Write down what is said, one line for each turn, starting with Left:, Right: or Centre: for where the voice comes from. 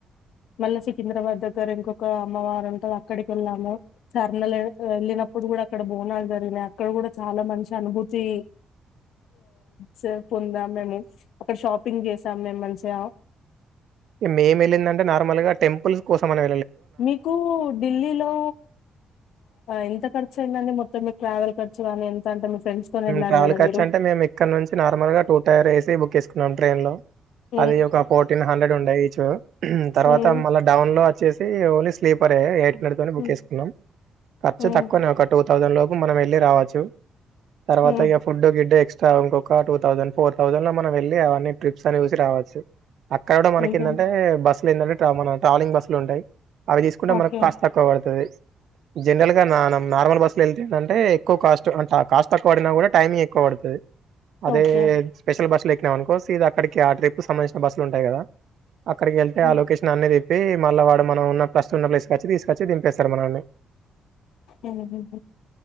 Left: మళ్ళా సికింద్రాబాద్ దగ్గర ఇంకొక అమ్మవారు ఉంటది అక్కడికి వెళ్ళాము సర్నలు వెళ్ళినప్పుడు కూడా అక్కడ బోనాలు జరిగినాయి అక్కడ కూడా చాలా మంచి అనుభూతి చా పొందాం మేము అక్కడ షాపింగ్ చేసాం మేము మంచిగా
Right: మేము వెళిందంటే నార్మల్ గా టెంపుల్స్ కోసం అనే
Left: మీకు ఢిల్లీలో ఎంత ఖర్చు అయిందండి మొత్తం మీకు ట్రావెల్ ఖర్చు కానీ ఎంత అంటే మీ ఫ్రెండ్స్ తోని వెళ్లారు
Right: ట్రావెల్
Left: కదా
Right: ఖర్చ
Left: మీరు
Right: అంటే మేము ఇక్కడ నుంచి నార్మల్ గా టూ టైర్ ఏసి బుక్ చేసుకుం కున్నాం ట్రైన్లో
Left: హ్మ్
Right: అది ఒక ఫోర్టీన్ హండ్రెడ్ ఉండె చా తర్వాత
Left: హ్మ్
Right: మళ్ళా డవును లో వచ్చేసి ఓన్లీ స్లీపర్ ఎట్ నిన్నటి తోటి బుక్
Left: హ్మ్
Right: చేసుకున్నాం ఖర్చ
Left: హ్మ్
Right: తక్కువనే ఒక టు థౌసండ్ లోపు మనం వెళ్ళి రావచ్చు తర్వాత
Left: హ్మ్
Right: ఇగా ఫుడ్ గిడ్డు ఎక్స ఇంకొక టూ థౌసండ్ ఫోర్ థౌసండ్ లో మనం వెళ్ళి అవన్నీ ట్రిప్స్ అన్ని చూసి రావచ్చు అక్కడ కూడా మనకు
Left: అంతేనా
Right: ఏందంటే బస్సు అదేంటంటే మన ట్రావెలింగ్ బస్సులు ఉంటాయి అవి తీసుకుంటే
Left: ఓకే
Right: మనకు కాస్ట్ తక్కువ పడుతది జనరల్ గా నా నార్మల్ బస్సులు వెళ్తే ఏంది అంటే ఎక్కువ కాస్ట్ అంత కాస్ట్ తక్కువ పడినా కూడ టైంఎక్కువ పడుతుది అదే
Left: ఓకే
Right: స్పెషల్ బస్సు ల ఎక్కు అనుకో సిదా అక్కడికి ఆ ట్రిప్ కు సబంధించిన బస్సులు ఉంటాయి కదా అక్కడికి వెళ్తే
Left: హ్మ్
Right: ఆ లోకేషన్ అనేది చెి మళ్ళ వాడు మనం ఉన్న ఫస్ట్ ఉన్న ప్లేస్ కి వచ్చి తీసుకొచ్చి దిపేస్తారు మనల్ని
Left: ఊ ఉహు